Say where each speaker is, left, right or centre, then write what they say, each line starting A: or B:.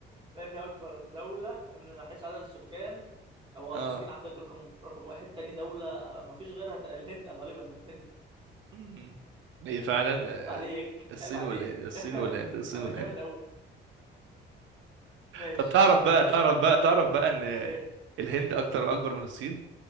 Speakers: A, on the right; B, on the right.
A: تاني اكبر دولة من حيث عدد السكان
B: <laughs>
A: هو
B: اه
A: الصين عندك رقم رقم واحد تاني دولة مفيش غيرها تق- الهند غالبا الهند
B: مم. هي فعلا
A: عيب عليك
B: آه، الصين
A: عيب عليك
B: والهند الصين والهند الصين
A: انا
B: والهند
A: جامد اوي ماشي
B: طب تعرف
A: اديك
B: بقى
A: انا
B: تعرف
A: سؤال
B: بقى
A: بقى
B: تعرف بقى ان
A: ايه
B: الهند اكتر واكبر من الصين